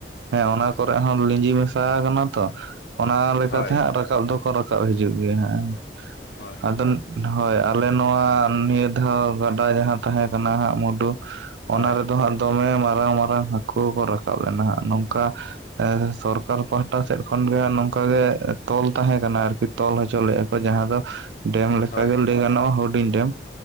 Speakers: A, on the right; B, on the left.
A: ᱦᱮᱸ ᱚᱱᱟ ᱠᱚᱨᱮ ᱦᱚᱸ ᱞᱤᱸᱡᱤ ᱢᱮᱥᱟ ᱠᱟᱱᱟ ᱛᱚ᱾ ᱚᱱᱟ ᱞᱮᱠᱟᱛᱮ
B: ᱦᱳᱭ
A: ᱦᱟᱸᱜ ᱨᱟᱠᱟᱵ ᱫᱚᱠᱚ ᱨᱟᱠᱟᱵ ᱦᱤᱡᱩᱜ ᱜᱮᱭᱟ ᱦᱟᱸᱜ ᱦᱮ
B: ᱦᱳᱭ
A: ᱟᱫᱚ ᱦᱳᱭ ᱟᱞᱮ ᱱᱚᱣᱟ ᱱᱤᱭᱟᱹ ᱫᱷᱟᱣ ᱜᱟᱰᱟ ᱡᱟᱦᱟᱸ ᱛᱟᱦᱮᱸ ᱠᱟᱱᱟ ᱦᱟᱸᱜ ᱢᱩᱰᱩ ᱚᱱᱟ
B: ᱦᱳᱭ
A: ᱨᱮᱫᱚ ᱦᱟᱸᱜ ᱫᱚᱢᱮ ᱢᱟᱨᱟᱝ ᱢᱟᱨᱟᱝ ᱦᱟᱹᱠᱩ ᱠᱚ ᱨᱟᱠᱟᱵ ᱞᱮᱱᱟ ᱦᱟᱸᱜ ᱱᱚᱝᱠᱟ ᱥᱚᱨᱠᱟᱨ ᱯᱟᱦᱴᱟ ᱥᱮᱫ ᱠᱷᱚᱱ ᱜᱮ ᱱᱚᱝᱠᱟ ᱜᱮ ᱛᱚᱞ ᱛᱟᱦᱮᱸ ᱠᱟᱱᱟ ᱟᱨᱠᱤ ᱛᱚᱞ ᱦᱚᱪᱚ ᱞᱮᱫᱼᱟ ᱠᱚ ᱡᱟᱦᱟᱸ ᱫᱚ ᱰᱮᱢ ᱞᱮᱠ
B: ᱦᱳᱭ
A: ᱜᱮ ᱞᱟᱹᱭ ᱜᱟᱱᱚᱜᱼᱟ ᱦᱩᱰᱤᱧ ᱰᱮᱢ